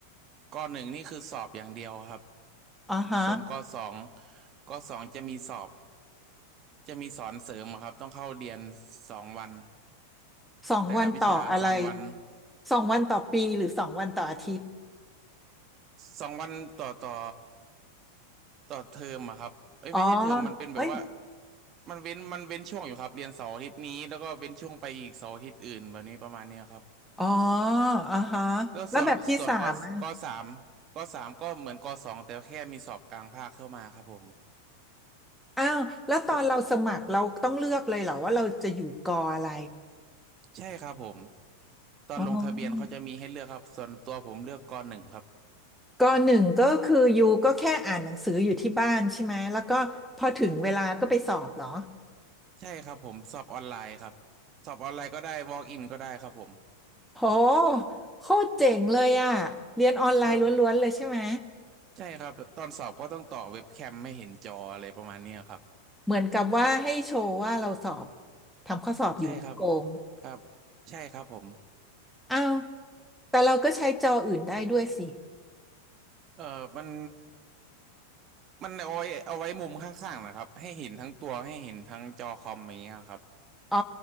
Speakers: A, on the right (about 30°); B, in the centre.
A: กหนึ่งนี่คือสอบอย่างเดียวครับ
B: อ๋อฮะ
A: ส่วนกสองกสองจะมีสอบจะมีสอนเสริมอะครับต้องเข้าเรียนสองวัน
B: สองวันต่ออะไร
A: แต่ละวิชาสองวัน
B: สองวันต่อปีหรือสองวันต่ออาทิตย์
A: สองวันต่อต่อ ต่อเทอมอะครับเอ้ยไม่ใช่เทอมมันเป็นแบบว่า
B: อ๋อเอ้ย
A: มันเว้นมันเว้นช่วงอยู่ครับเรียนเสาร์อาทิตย์นี้แล้วก็เว้นช่วงไปอีกเสาร์อาทิตย์อื่นแบบนี้ประมาณเนี้ยครับ
B: อ๋ออ่าฮะ
A: แล้วส่วนส่วนกกสาม
B: แล้วแบบที่สามอ่ะ
A: กสามก็เหมือนกสองแต่แค่มีสอบกลางภาคเข้ามาครับผม
B: อ้าวแล้วตอนเราสมัครเราต้องเลือกเลยเหรอว่าเราจะอยู่กออะไร
A: สนใช่ครับผมตอนลงทะเบียนเขาจะมีให้เลือกครับส่วนตัวผมเลือกกหนึ่งครับ
B: อ๋อกอหนึ่งก็คือยูก็แค่อ่านหนังสืออยู่ที่บ้านใช่ไหมแล้วก็พอถึงเวลาก็ไปสอบเหรอ
A: ใช่ครับผมสอบออนไลน์ครับสอบออนไลน์ก็ได้ walk in ก็ได้ครับผม
B: โหโคตรเจ๋งเลยอ่ะ เรียนออนไลน์ล้วนๆเลยใช่ไหม
A: ครับใช่ครับตอนสอบก็ต้องต่อเว็บแคมไม่เห็นจออะไรประมาณเนี้ยครับ
B: เหมือนกับว่าให้โชว์ว่าเราสอบทำข้อสอบอยู่ไม่โกง
A: ใช่ครับครับใช่ครับผม
B: อ้าวแต่เราก็ใช้จออื่นได้ด้วยสิ
A: เอ่อมันมันเอาไว้เอาไว้มุมข้างๆนะครับให้เห็นทั้งตัวให้เห็นทั้งจอคอมอย่างเงี้ยครับ
B: อ๋อ